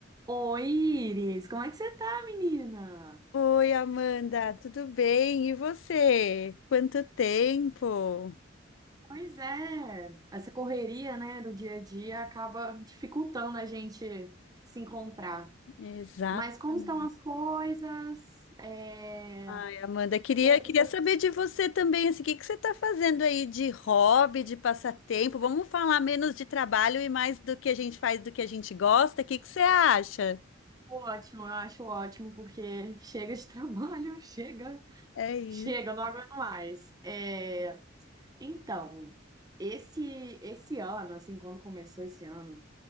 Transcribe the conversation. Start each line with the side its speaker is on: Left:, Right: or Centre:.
Right: Oi, Iris, como é que você tá, menina?
Left: Oi, Amanda, tudo bem? E você? Quanto tempo?
Right: Pois é, essa correria, né, do dia a dia acaba dificultando a gente se encontrar.
Left: Exatamente.
Right: Mas como estão as coisas? É...
Left: Ai, Amanda, queria,
Right: Cê,
Left: queria
Right: cê... tá
Left: saber de você também, assim, o que que você está fazendo aí de hobby, de passatempo? Vamos falar menos de trabalho e mais do que a gente faz, do que a gente gosta? O que que você acha?
Right: Ótimo, eu acho ótimo, porque <laughs> chega de trabalho, <laughs> chega,
Left: É isso.
Right: chega, eu não aguento mais. É... Então, esse, esse ano, assim, quando começou esse ano,